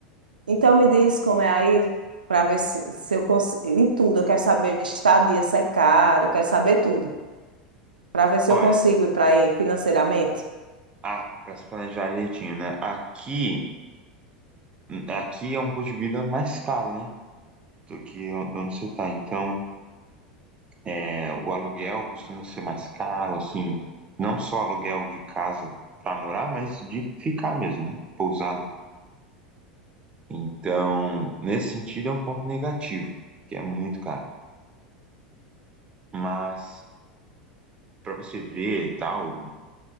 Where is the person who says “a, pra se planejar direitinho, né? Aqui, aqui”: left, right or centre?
Right